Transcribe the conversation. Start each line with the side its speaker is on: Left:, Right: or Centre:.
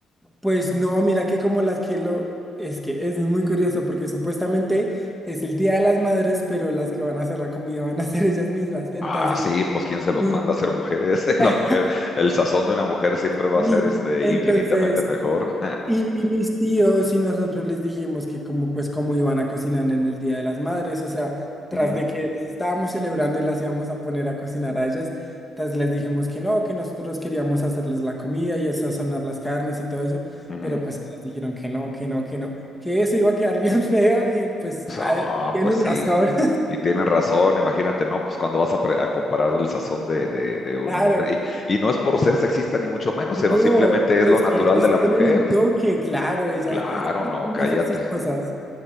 Centre: Pues no, mira que como las que lo... Es que es muy curioso porque supuestamente es el Día de las Madres, pero las que van a hacer la comida van a ser <laughs> ellas mismas. Entonces,
Left: Ah, sí, pues quién se los
Centre: sí,
Left: manda a ser mujeres, <laughs>
Centre: <laughs>
Left: la mujer, el sazón de una mujer siempre va
Centre: sí.
Left: a ser este
Centre: Entonces,
Left: infinitamente mejor.
Centre: Y, y mis tíos y nosotros les dijimos que como pues cómo iban a cocinar en el Día de las Madres, o sea, tras
Left: <laughs>
Centre: de que les estábamos celebrando y las íbamos a poner a cocinar a ellas, tras les dijimos que no, que nosotros queríamos hacerles la comida y sazonar las carnes y todo eso,
Left: Ujú.
Centre: pero pues ellas dijeron que no, que no, que no, que eso iba a quedar <laughs> bien feo y pues ah,
Left: No,
Centre: tienen
Left: pues sí,
Centre: razón,
Left: y tienen razón, imagínate, no, pues cuando vas a, pre- a comparar el sazón de, de- de una
Centre: <laughs> claro.
Left: mujer, y, y no es por ser sexista ni mucho menos,
Centre: No,
Left: sino simplemente
Centre: pero
Left: es lo
Centre: es
Left: natural
Centre: que ellos
Left: de la
Centre: tienen
Left: mujer.
Centre: un toque, claro, ellas,
Left: Claro,
Centre: ellas saben
Left: no,
Centre: cómo
Left: cállate.
Centre: hacer sus cosas.